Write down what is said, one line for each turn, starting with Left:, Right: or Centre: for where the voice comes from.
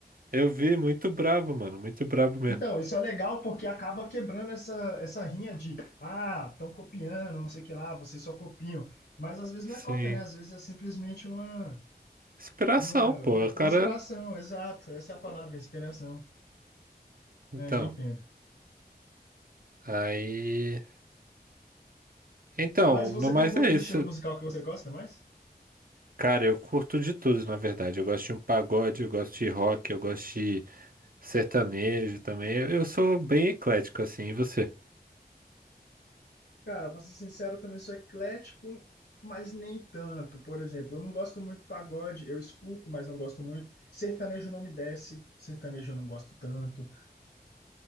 Right: eu vi, muito brabo, mano, muito brabo mesmo.
Left: Então, isso é legal porque acaba quebrando essa, essa rinha de, ah, estão copiando, não sei o que lá, vocês só copiam. Mas às vezes não
Right: Sim,
Left: é cópia, né? Às vezes é simplesmente uma,
Right: inspiração,
Left: uma,
Right: pô,
Left: como é que
Right: o
Left: fala?
Right: cara.
Left: Inspiração, exato. Essa é a palavra, inspiração.
Right: Então,
Left: É, eu entendo.
Right: aí. Então,
Left: Mas você
Right: no mais
Left: tem algum outro
Right: é isso.
Left: estilo musical que você gosta mais?
Right: Cara, eu curto de tudo, na verdade. Eu gosto de um pagode, eu gosto de rock, eu gosto de. sertanejo também. Eu eu sou bem eclético, assim. E você?
Left: Cara, pra ser sincero, eu também sou eclético, mas nem tanto. Por exemplo, eu não gosto muito de pagode, eu escuto, mas não gosto muito. Sertanejo não me desce, sertanejo eu não gosto tanto.